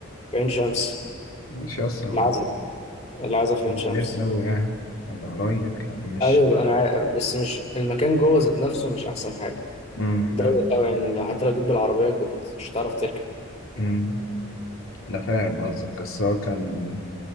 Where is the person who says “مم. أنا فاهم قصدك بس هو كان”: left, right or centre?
Left